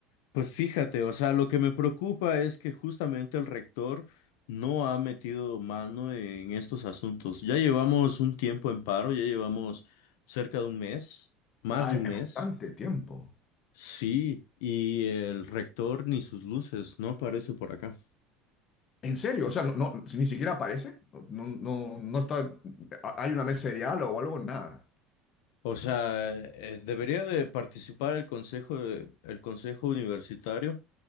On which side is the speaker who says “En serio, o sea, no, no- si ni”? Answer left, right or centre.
Left